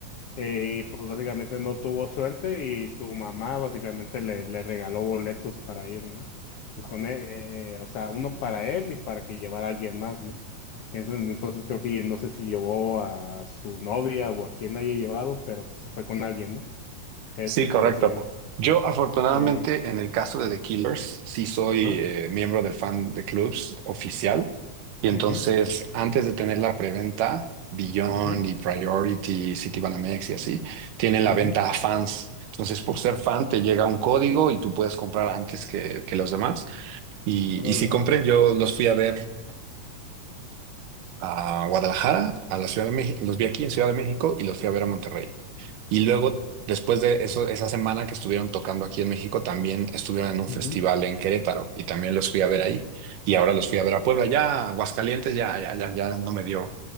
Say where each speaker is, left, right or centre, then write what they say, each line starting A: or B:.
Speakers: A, on the left; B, on the right.
A: Eh, y pues básicamente no tuvo suerte y su mamá básicamente le, le regaló boletos para ir, ¿no? Pues con él, eh, eh, o sea, uno para él y para que llevara a alguien más, ¿no? Que en ese entonces creo que no sé si llevó a su novia o a quien haya llevado, pero pues se fue con alguien, ¿no? Este,
B: Sí, correcto.
A: pero sí,
B: Yo, afortunadamente,
A: sí,
B: en el caso de The Killers, sí soy
A: ajá,
B: eh, miembro del fan de clubs oficial. Y entonces,
A: mhm,
B: antes de tener la preventa, Beyond
A: mhm,
B: y Priority, Citibanamex y así, tienen la
A: mhm,
B: venta a fans. Entonces, por ser fan, te llega un código y tú puedes comprar antes que, que los demás. Y,
A: órale,
B: y sí compré, yo los fui a ver a Guadalajara, a la Ciudad de México, los vi aquí en Ciudad de México y los fui a ver a Monterrey. Y luego, después de eso, esa semana que estuvieron tocando aquí en México, también estuvieron en un festival
A: ujú.
B: en Querétaro y también los fui a ver ahí. Y ahora los fui a ver a Puebla, ya Aguascalientes, ya, ya, ya, ya no me dio